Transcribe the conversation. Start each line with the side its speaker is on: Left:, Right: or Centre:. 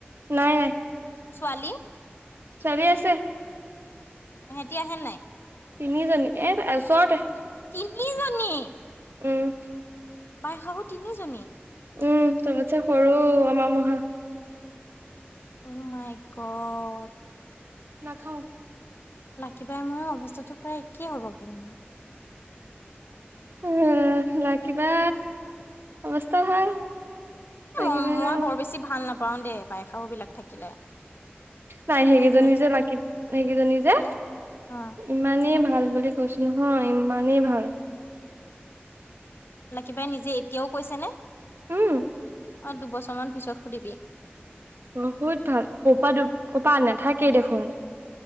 Right: নাই নাই।
Left: ছোৱালী?
Right: ছোৱালী আছে।
Left: সেহেতি আহে নাই?
Right: তিনিজনী এ ওচৰতে।
Left: তিনিজনী।
Right: উম।
Left: বাই শাহু তিনিজনী?
Right: উম, চবতছে সৰু আমাৰ মহা।
Left: অ', মাই গ'দ।
Right: নাখাওঁ।
Left: লাকী বাই মোৰে অৱস্থাতটো প্ৰায় একেইে হ'ব গে।
Right: উম, লাকী বা অৱস্থা ভাল।
Left: এ
Right: লাকিবাক
Left: মই-মই
Right: আৰু
Left: বৰ বেছি ভাল নাপাওঁ দেই বাই শাহুবিলাক থাকিলে।
Right: নাই সেইকেইজনী
Left: নিজ
Right: যে লাগি সেইকেইজনী যে
Left: অ
Right: ইমানেই ভাল বুলি কৈছো নহয় ইমানেই ভাল।
Left: লাকী বাই নিজে এতিয়াও কৈছেনে?
Right: উম।
Left: অ', দুবছৰমান পিছত সুধিবি।
Right: বহুত ভাল কপা কোপা নাথাকেই দেখোন।